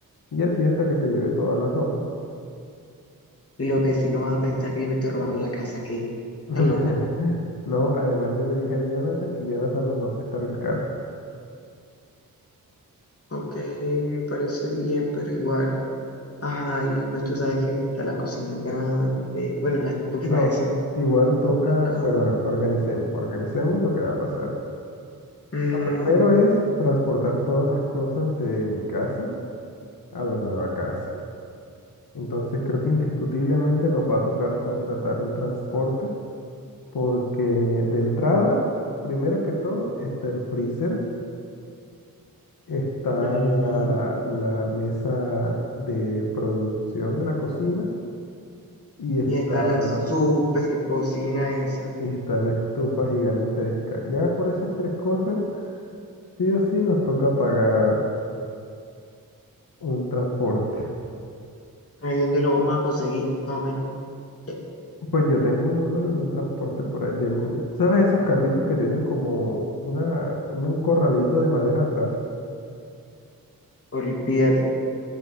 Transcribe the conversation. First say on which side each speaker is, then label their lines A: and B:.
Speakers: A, on the left; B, on the left.
A: y así hasta que se lleve toda la ropa.
B: Y los vecinos van a pensar que yo me estoy robando la casa, ¿qué? ¿Estás
A: <laughs>
B: loco?
A: No, además yo le dije a Jonathan y Jonathan nos va a prestar el carro.
B: Ok, me parece bien, pero igual. Ajá, y pues tú sabes que está la cocina grande, bueno, la estufa
A: No,
B: esa,
A: igual toca,
B: la cama.
A: bueno, bueno, organicemos, organicemos lo que va a pasar.
B: Ujú,
A: Lo primero es transportar todas las cosas de mi casa a la nueva casa. Entonces creo que indiscutiblemente nos va a tocar contratar un transporte porque de entrada, primero que todo, está el freezer, está
B: ujú.
A: la, la mesa de producción de la cocina y está,
B: Y está la super cocina esa.
A: y está la estufa gigantesca. Ya por esas tres cosas, sí o sí nos toca pagar un transporte.
B: Ahí donde lo vamos a conseguir, más o menos. Ya,
A: Pues yo tengo un número de un transporte por ahí, de un- ¿sabes esos carritos que tienen como una, un un corralito de madera atrás?
B: Olvídate,